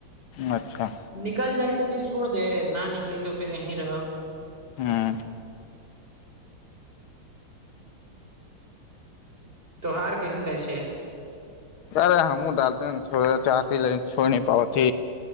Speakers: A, on the left; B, on the right.
A: अच्छा
B: निकल जाइ तऽ फिर छोड़ दे न निकली तऽ फेर यहीं रहब
A: हँ <inaudible>
B: <inaudible> त्योहार कैसन जाइत छैक
A: अरे हमू ा <unintelligible> लते छड़ चाह ल छोड़ न पाब